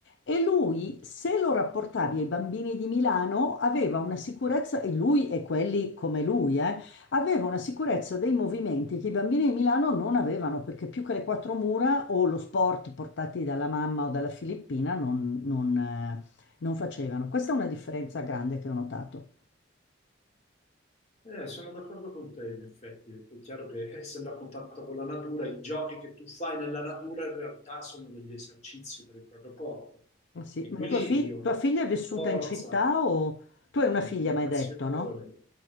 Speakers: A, on the left; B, on the left.
A: E lui, se lo rapportavi ai bambini di Milano, aveva una sicurezza, e lui e quelli come lui, eh, aveva una sicurezza dei movimenti che i bambini di Milano non avevano, perché più che le quattro mura o lo sport portati dalla mamma o dalla Filippina non, non, eh, non facevano. Questa è una differenza grande che ho notato.
B: Eh, sono d'accordo con te, in effetti. È chiaro che eh, essendo a contatto con la natura, i giochi che tu fai nella natura in realtà sono degli esercizi per il proprio corpo.
A: Ah, Sì.
B: Equilibrio,
A: Ma tua, fi- tua figlia è vissuta
B: forza,
A: in città o... Tu hai una
B: concentrazione.
A: figlia, mi hai detto, no?